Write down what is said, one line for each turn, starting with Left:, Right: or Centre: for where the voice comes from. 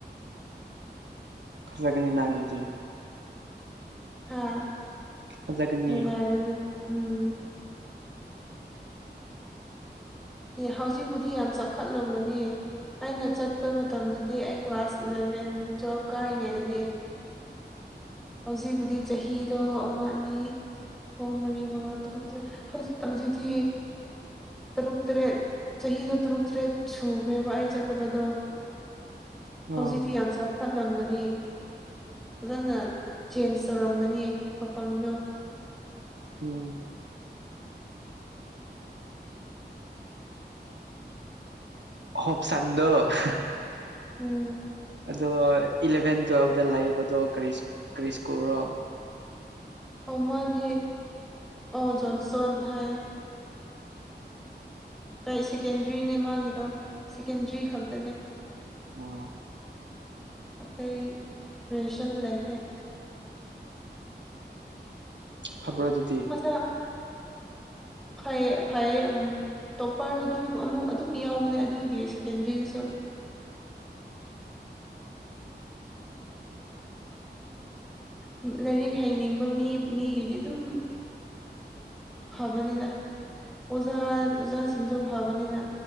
Right: ꯈꯜꯂꯒꯅꯤꯅ ꯑꯗꯨꯗꯤ
Centre: ꯍꯥꯥ
Right: ꯐꯖꯒꯅꯤ
Centre: ꯅꯨꯡꯉꯥꯏꯕꯅꯦ ꯎꯝ ꯑꯦ ꯍꯧꯖꯤꯛꯄꯨꯗꯤ ꯌꯥꯝ ꯆꯥꯎꯈꯠꯂꯝꯒꯅꯤ ꯑꯩꯅ ꯆꯠꯄ ꯃꯇꯝꯗꯗꯤ ꯑꯩ ꯀ꯭ꯂꯥꯁ ꯑꯦꯂꯚꯦꯟ ꯇ꯭ꯋꯦꯜꯐ ꯀꯥꯔꯤꯉꯩꯗꯅꯦ ꯍꯧꯖꯤꯛꯄꯨꯗꯤ ꯆꯍꯤꯗꯣ ꯑꯃ ꯑꯅꯤ ꯍꯨꯝ ꯃꯔꯤ ꯃꯉꯥ ꯇꯔꯨꯛ ꯇꯔꯦꯠ ꯍꯧꯖꯤꯛ ꯍꯧꯖꯤꯛꯇꯤ ꯇꯔꯨꯛ ꯇꯔꯦꯠ ꯆꯍꯤꯗꯣ ꯇꯔꯨꯛ ꯇꯔꯦꯠ ꯁꯨꯈ꯭ꯔꯦꯕ ꯑꯩ ꯆꯠꯇꯕꯗꯣ ꯍꯧꯖꯤꯛꯇꯤ
Right: ꯑꯥ
Centre: ꯌꯥꯝ ꯆꯥꯎꯈꯠꯂꯝꯒꯅꯤ ꯐꯖꯅ ꯆꯦꯟꯖ ꯇꯧꯔꯝꯒꯅꯤ ꯃꯐꯝꯗꯣ
Right: ꯎꯝ ꯍꯣꯞꯁꯥꯟꯗꯨ <unintelligible>
Centre: ꯎꯝ
Right: ꯑꯗꯨꯑꯣꯏ ꯏꯂꯚꯦꯟ ꯇꯨꯋꯦꯜꯚꯇ ꯂꯩꯕꯗꯣ ꯀꯔꯤꯁ ꯀꯔꯤ ꯁ꯭ꯀꯨꯜ ꯔꯣ
Centre: ꯑꯃꯒꯤ ꯑꯣ ꯖꯣꯟꯁꯇꯣꯟ ꯍꯥꯏꯌꯦ ꯀꯩ ꯁꯦꯀꯦꯟꯗ꯭ꯔꯤꯅꯦ ꯃꯥꯒꯤꯗꯣ ꯁꯦꯀꯦꯟꯗ꯭ꯔꯤ ꯈꯛꯇꯅꯦ
Right: ꯑꯣ
Centre: ꯑꯇꯩ ꯄ꯭ꯔꯦꯁꯟ ꯂꯩꯇꯦ
Right: ꯐꯕ꯭ꯔꯣ ꯑꯗꯨꯗꯤ
Centre: ꯃꯁꯥ
Right: <inaudible>
Centre: ꯐꯩ ꯐꯩꯌꯦ ꯎꯝ ꯇꯣꯞꯄꯔꯁꯨ ꯑꯗꯨꯝ ꯑꯃꯨꯛ ꯑꯗꯨꯝ ꯌꯥꯎꯕꯅꯦ ꯑꯗꯨꯒꯤ ꯁꯦꯀꯦꯟꯗ꯭ꯔꯤꯗꯁꯨ ꯎꯝ ꯂꯥꯏꯔꯤꯛ ꯍꯩꯅꯤꯡꯕ ꯃꯤ ꯃꯤꯒꯤꯗꯤ ꯑꯗꯨꯝ ꯐꯕꯅꯤꯗ ꯑꯣꯖꯥ ꯑꯣꯖꯥꯁꯤꯡꯗꯣ ꯐꯕꯅꯤꯅ